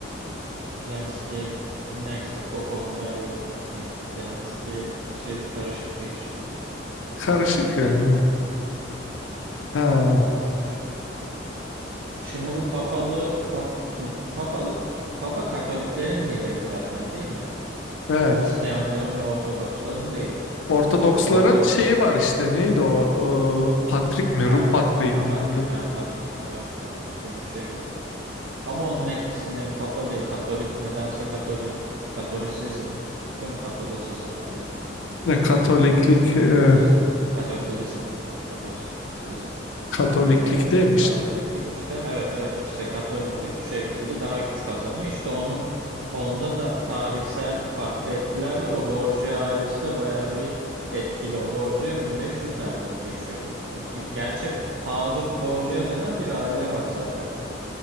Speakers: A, on the right; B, on the left.
A: Zelenski neyse o konuda yorum yapmayacağım. Zelenski işi karışık bir iş. Bu
B: karışık
A: konuya çok
B: yani.
A: girmeyeceğim.
B: evet.
A: Evet.
B: Ha,
A: Zelenski işi. Şimdi bu papalığı pap, şimdi papalık Papa Katoliklerin lideri zaten değil mi?
B: evet.
A: Hristiyanların ve Ortodoksların değil.
B: Ortodoksların
A: Ortodok
B: şeyi var işte neydi o e, Patrik mi
A: kardinal
B: Rum Patriği
A: mi? Ha
B: mi
A: Patrik,
B: öyle
A: ha Patrik, evet Patrik gibi bir şey var. Ama onun etkisini Papa değil, Katolik nedense Katolik, Katolisizm, değil mi? Katolisizm oluyor İngilizcesi.
B: ne Katoliklik
A: Kato,
B: e,
A: Katokulizm, Katokulizm mi oluyor? Katosilizm.
B: Katoliklik
A: Ee,
B: demişti.
A: Katoliklik işte, evet evet işte Katoliklik bir şekilde daha güç kazanıyor. İşte onun onda da tarihsel farklı etkiler var. O Borgia ailesi de bayağı bir etkili. O Borgia 1500'lerde mi geçiyordu? Bakayım. Gerçi House of Borgia denen bir aile var zaten.